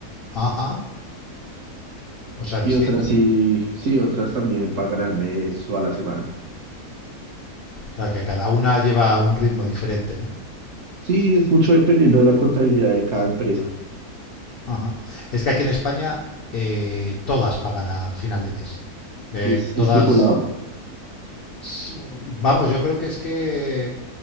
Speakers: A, on the left; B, on the right.
A: Ajá, o sea,
B: Y
A: distinto.
B: otras sí, sí, otras también pagan al mes o a la semana.
A: O sea, que cada una lleva un ritmo diferente, ¿no?
B: Sí, es mucho dependiendo de la contabilidad de cada empresa.
A: Ajá. Es que aquí en España eh, todas pagan a final de mes. Eh,
B: ¿Es estipulado?
A: todas S- Vamos, yo creo que es que